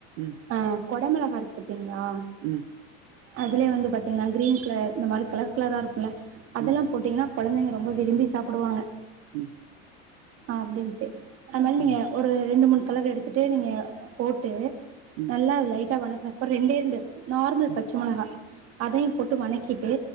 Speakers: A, on the right; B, on the right.
A: ம்
B: அ கொட மொளகா இருக்கு பாத்தீங்களா
A: ம்
B: அதுலயே வந்து பாத்தீங்னா க்ரீன் கலர் இந்த மாரி கலர் கலரா இருக்குல அதெல்லா
A: ம்
B: போட்டிங்னா கொழந்தைங்க ரொம்ப விரும்பி சாப்டுவாங்க
A: ம்
B: அப்டின்ட்டு அது மாரி நீங்க
A: ம்
B: ஒரு ரெண்டு மூணு கலர் எடுத்துட்டு நீங்க போட்டு
A: ம்
B: நல்லா அது லைட்டா வணக்க அப்றோ ரெண்டே ரெண்டு நார்மல்
A: ம்
B: பச்ச மொளகா அதயு போட்டு வணக்கிட்டு